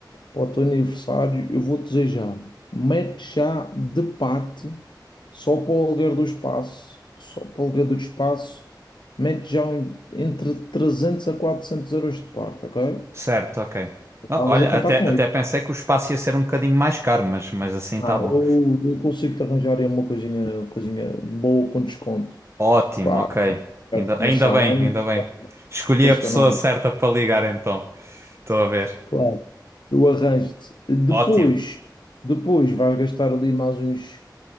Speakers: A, on the left; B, on the right.
A: para o teu aniversário, eu vou dizer já, mete já de parte, só para o aluguer do espaço, só para o aluguer do espaço, mete já um- entre 300 a 400 euros de parte, ok?
B: Certo, ok.
A: Estavas
B: Ah, Olha,
A: a contar
B: até,
A: com
B: até
A: isso.
B: pensei que o espaço ia ser um bocadinho mais caro, mas, mas assim
A: Ah,
B: tá bom.
A: eu, eu consigo te arranjar aí uma coisinha, uma coisinha boa com desconto.
B: Ótimo,
A: Pá,
B: ok.
A: já
B: Ainda,
A: te conheço
B: ainda
A: há
B: bem,
A: anos,
B: ainda bem. Escolhi
A: não custa
B: a pessoa
A: nada.
B: certa para ligar então. Estou a ver.
A: Claro. Eu arranjo-te. Depois,
B: Ótimo,
A: depois vais gastar ali mais uns,